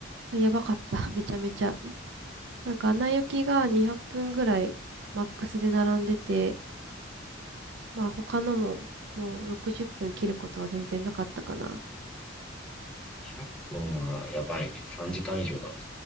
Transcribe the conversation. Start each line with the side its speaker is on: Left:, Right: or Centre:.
Right: あ、やばかった。<laughs> めちゃめちゃ。なんか、アナ雪が200分ぐらいマックスで並んでて、まあ、他のも、もう60分切ることは全然なかったかな。
Centre: 2 0分はやばいね。3時間以上だもん。